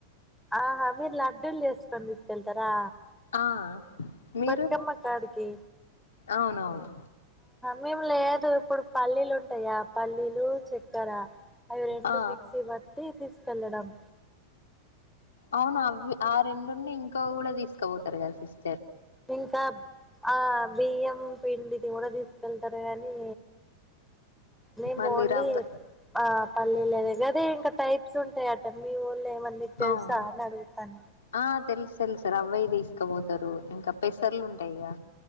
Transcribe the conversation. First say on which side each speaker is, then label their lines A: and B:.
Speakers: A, in the centre; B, on the left (about 70°).
A: ఆ హ మీర్ లడ్డూలు చేస్కొని తీసుకెళ్తారా
B: ఆ మీరు
A: బతుకమ్మ కాడికి
B: అవునవును
A: మేము లేదు ఇప్పుడు పల్లీలు ఉంటాయా పల్లీలు చక్కర అవి రెండు
B: ఆ
A: మిక్సీ బట్టి తీసుకొ వెళ్లడం
B: అవును అవ్యి ఆ రెండుని ఇంకా కూడా తీసుకపోతారు కదా సిస్ట
A: ఇంకా ఆ బియ్యం పిండి ది కూడా తీసుకెళ్తారు గానీ మేము
B: మళ్ళీ
A: ఓన్లీ
B: రవ్వ
A: ఆ పల్లీల దగ్గర ఇంక టైప్ ప్స్ ఉంటాయట మివోలేమంది తెలుసా
B: అవును
A: అని అడుగుతన
B: ఆ తెలుసు తెలుసురా అవయి తీసుకపోతరు ఇంకా పెసర్లు ఉంటాయిగా